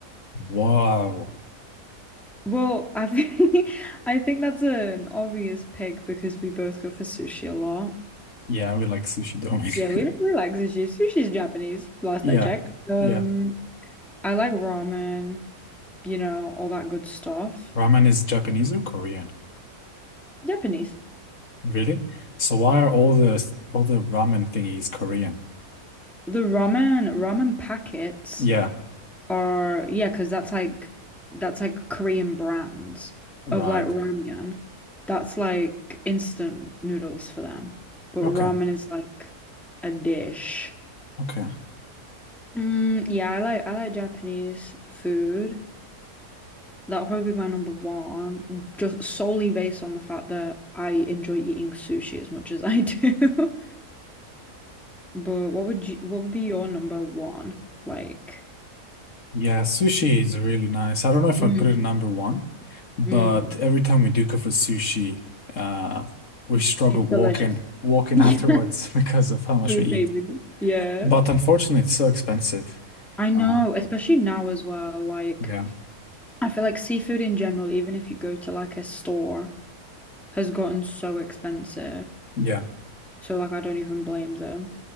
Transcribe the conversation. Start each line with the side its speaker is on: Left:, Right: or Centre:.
Left: Wow.
Centre: Well, I think <laughs> I think that's an obvious pick because we both go for sushi a lot.
Left: Yeah, we like sushi, don't we? <laughs>
Centre: Yeah, we we like sushi. Sushi's Japanese, last
Left: Yeah,
Centre: I checked. Um,
Left: yeah.
Centre: I like ramen, you know, all that good stuff.
Left: Ramen is Japanese or Korean?
Centre: Japanese.
Left: Really? So why are all the all the ramen thingies Korean?
Centre: The ramen ramen packets
Left: Yeah,
Centre: are yeah, because that's like that's like Korean brands
Left: right.
Centre: of like ramyun. That's like instant noodles for them. But
Left: Okay,
Centre: ramen is like a dish.
Left: okay.
Centre: Mm, yeah, I like I like Japanese food. That'll probably be my number one, just solely based on the fact that I enjoy eating sushi as much as I do. <laughs> But what would you what would be your number one? Like,
Left: Yeah, sushi is really nice. I don't know if
Centre: mm,
Left: I'd put it in number one, but
Centre: mm.
Left: every time we do go for sushi, uh, we struggle
Centre: It's
Left: walking,
Centre: delicious.
Left: walking
Centre: <laughs> Yeah.
Left: afterwards <laughs> because of how much
Centre: Food
Left: we eat.
Centre: baby. Yeah.
Left: But unfortunately, it's so expensive.
Centre: I know,
Left: Uh,
Centre: especially now as well. Like,
Left: yeah,
Centre: I feel like seafood in general, even if you go to like a store, has gotten so expensive.
Left: yeah.
Centre: So like I don't even blame them.